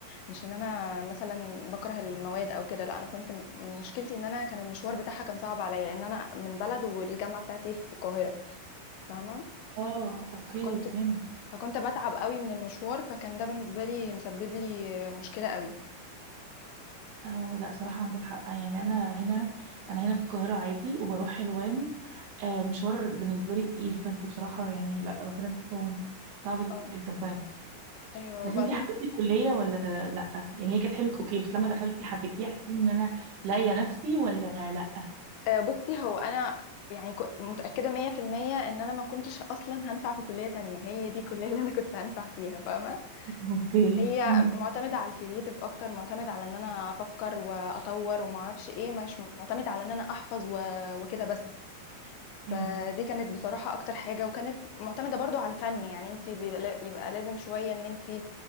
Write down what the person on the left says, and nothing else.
مش ان انا مثلا بكره المواد او كده لا انا كنت م- مشكلتي ان انا كان المشوار بتاعها كان صعب عليا لان انا من بلد والجامعة بتاعتي في القاهرة فاهمة
فكنت
فكنت بتعب قوي من المشوار فكان ده بالنسبة لي مسبب لي مشكلة قوي
اه
ايوه
وبعدين
آه، بصي هو انا يعني كو- متأكدة مية في المية ان انا ما كنتش اصلا هنفع في كلية تانية هي دي الكلية اللي انا كنت هنفع فيها فاهمة
هي
معتمدة على الكرييتيف اكتر معتمد على ان انا افكر واطور وما اعرفش ايه مش معتمد على ان انا احفظ و... وكده بس
فدي كانت بصراحة اكتر حاجة وكانت معتمدة برضو على الفن يعني انت بيبقى يبقى لازم شوية ان انت